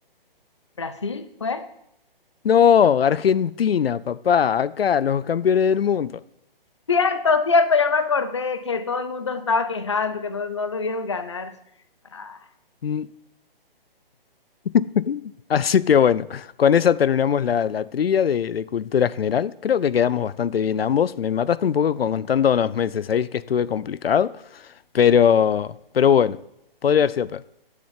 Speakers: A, on the left; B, on the left.
A: ¿Brasil fue?
B: No, Argentina, papá, acá, los campeones del mundo.
A: Cierto, cierto, ya me acordé que todo el mundo estaba quejando, que no, no lo vieron ganar. Ah,
B: Mm, <laughs> Así que bueno, con esa terminamos la, la trivia de, de cultura general. Creo que quedamos bastante bien ambos. Me mataste un poco con contando los meses ahí que estuve complicado, pero, pero bueno, podría haber sido peor.